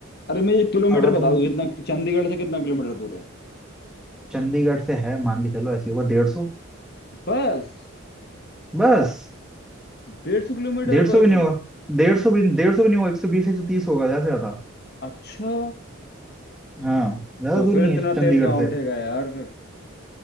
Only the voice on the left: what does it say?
अरे मुझे किलोमीटर
बताओ कितना चंडीगढ़ से कितना किलोमीटर दूर है
बस
डेढ़ सौ किलोमीटर
बस
अच्छा
तो
फिर
इतना
तेल कहाँ
उठेगा यार फिर